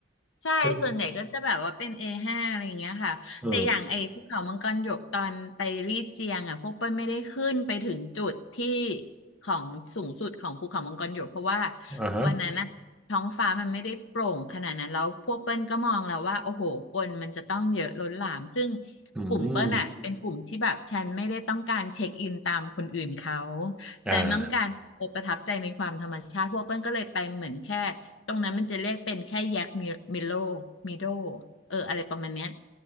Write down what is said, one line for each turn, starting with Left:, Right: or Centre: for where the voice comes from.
Left: ใช่ส่วนใหญ่ก็จะแบบว่าเป็น
Centre: เป็น
Left: A5 อห้าอะไรอย่างเงี้ยค่ะแต่อย่างไอ้ภูเขามังกรหยกตอนไปลี่เจียงอ่ะพวกเปิ้ลไม่ได้ขึ้นไปถึงจุดที่
Centre: เออ
Left: ของสูงสุดของภูเขามังกรหยกเพราะว่า
Centre: อ่าฮะ
Left: วันนั้นนะท้องฟ้ามันไม่ได้โปร่งขนาดนั้นแล้วพวกเปิ้ลก็มองแล้วว่าโอ้โหคนมันจะต้องเยอะล้นหลามซึ่ง
Centre: อืม
Left: กลุ่มเปิ้ลอ่ะเป็นกลุ่มที่แบบฉันไม่ได้ต้องการเช็คอินตามคนอื่นเขา
Centre: อ่า
Left: ฉันต้องการเออประทับใจในความธรรมชาติพวกเปิ้ลก็เลยไปเหมือนแค่ ตรงนั้นมันจะเรียกเป็นแค่แยกมิมิโลมิโดเอออะไรประมาณเนี้ย